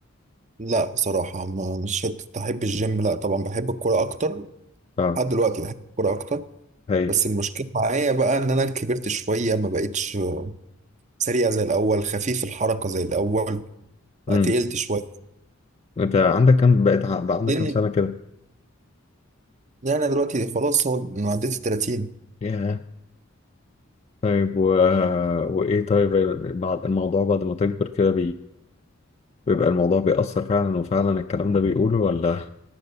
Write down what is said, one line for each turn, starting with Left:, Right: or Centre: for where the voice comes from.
Right: لا بصراحة ما- مش شرط أحب الجيم لا طبعا بحب الكورة أكتر
Left: اه
Right: لحد دلوقتي بحب الكورة أكتر
Left: هايل
Right: بس المشكلة معايا بقى إن أنا كبرت شوية ما بقتش آه، سريع زي الأول خفيف الحركة زي الأول
Left: امم
Right: بقى تقلت شوية
Left: انت عندك كام بقيت ع- بقى عندك
Right: وبعدين
Left: كام سنة كده؟
Right: يعني أنا دلوقتي خلاص هو أنا عديت ال 30
Left: ياه طيب و... وايه طيب بعد الموضوع بعد ما تكبر كده بيبقى الموضوع بيأثر فعلا وفعلا الكلام ده بيقوله ولا